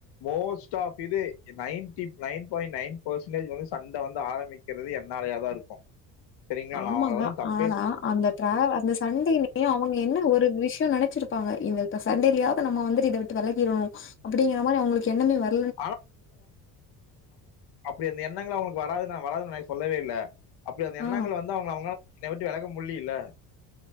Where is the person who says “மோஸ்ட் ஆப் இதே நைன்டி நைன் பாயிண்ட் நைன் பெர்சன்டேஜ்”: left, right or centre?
Left